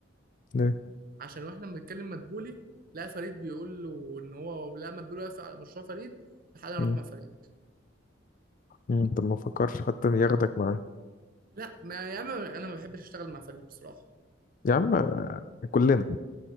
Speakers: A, on the left; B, on the right.
A: ليه؟
B: عشان واحنا بنتكلم مدبولي لقى فريد بيقول له ان هو لا مدبولي واقف على مشروع فريد لحد اروح
A: مم.
B: مع فريد
A: مم. انت ما فكرش حتى ياخدك معاه
B: لا ما يا عم انا ما بحبش اشتغل مع فريد بصراحه
A: يا عم كلنا